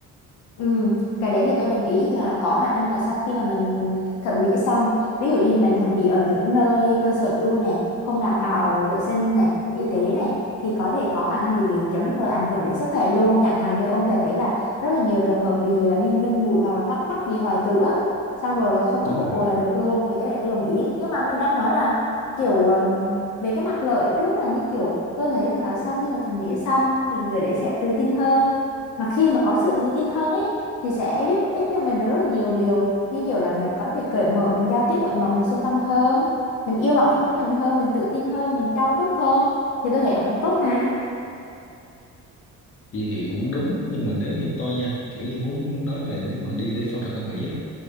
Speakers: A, on the left; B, on the left.
A: Ừ, cái đấy thì tôi đồng ý là có khả năng là sau khi mà mình thẩm mỹ xong ví dụ như mình thẩm mỹ ở những nơi cơ sở chui này không đảm bảo vệ sinh này y tế này thì có thể có khả năng bị biến chứng rồi ảnh hưởng đến sức khỏe luôn chẳng hạn như ông sẽ thấy là rất là nhiều trường hợp bị à, đi nâng bụi hoặc là cắt mắt bị hoại tử á xong rồi là không có
B: đúng
A: phục
B: rồi
A: hồi là được luôn thì cái đấy tôi đồng ý nhưng mà mình đang nói là kiểu ừm, về cái mặt lợi trước là như kiểu tôi thấy rằng là sau khi mà thẩm mỹ xong thì người đấy sẽ tự tin hơn mà khi mà có sự tự tin hơn ấy thì sẽ giúp ích cho mình được rất là nhiều điều như kiểu là mình có thể cởi mở mình giao tiếp với mọi người xung quanh hơn mình yêu bản thân của mình hơn mình tự tin hơn mình trau chuốt hơn thì tôi thấy nó cũng tốt mà
B: đi thì cũng đúng nhưng mà nếu như tôi nha kiểu như muốn nói về nếu mà đi để phẫu thuật thẩm mỹ á